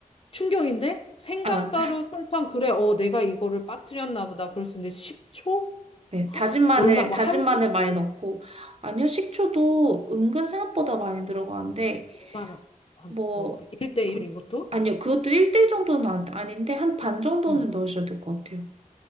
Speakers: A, on the left; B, on the right.
A: 충격인데? 생강가루,
B: 아,
A: 설탕, 그래, 어, 내가 이거를 빠뜨렸나 보다. 그럴 수 있는데 식초
B: 네, 다진 마늘,
A: 얼마, 뭐,
B: 다진
A: 한
B: 마늘
A: 스푼?
B: 많이 넣고, 아니요, 식초도 은근 생각보다 많이 들어가는데,
A: 얼마나 한,
B: 뭐,
A: 넣어야 돼? 1대1
B: 그,
A: 이것도?
B: 아니요, 그것도 1대1 정도는 안- 아닌데, 한 반 정도는
A: 응,
B: 넣으셔야 될 것 같아요.